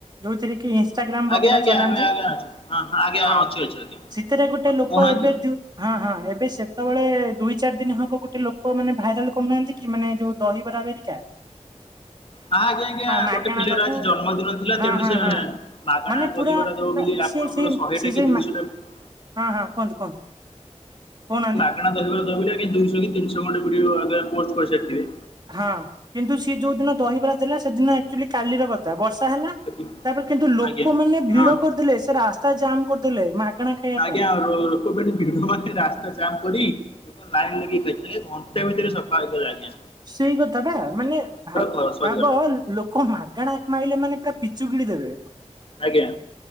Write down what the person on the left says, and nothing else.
ଆଜ୍ଞା
ଆଜ୍ଞା
ଆମେ ଆଜ୍ଞା ଅଛୁ ହଁ ଆଜ୍ଞା
ଅଛୁ ଅଛୁ ଆଜ୍ଞା।
ଆଉ
କହୁନାହାନ୍ତି।
ନା ଆଜ୍ଞା ଆଜ୍ଞା
ଗୋଟେ ପିଲାାର
ଆଜି ଜନ୍ମଦିନ ଥିଲା
ତେଣୁ
ସେ
ମାଗଣା
ଗହିବରା ଦଉ ବୋଲି
ଆପଣ-
- ପୁରା ଶହେଟା
କି ଦୁଇଶହଟା-
-
ତା ଦହିବରା ଦବ ବୋଲି ଆଜ୍ଞା ଦୁଇଶ ତିିହ ଖଣ୍ଡେ ଭିଡିଓ ପୋଷ୍ଟ କରିସାରିିଥିବେ।
ହୁଁ।
ଆଜ୍ଞା
ହଁ
ଆଜ୍ଞା
ରୋ -- ଭିଡ ମାନେ ରାସ୍ତା ଜାମ୍ କରି ଲୋକ ଲାଇନ ଲଗେଇ ଖାଇଥିଲେ ଘଣ୍ଟା ଭିତରେ ସଫା ହେଇଥିଲା ଆଞା।
ଘ ସରିଗଲା
ଆଜ୍ଞା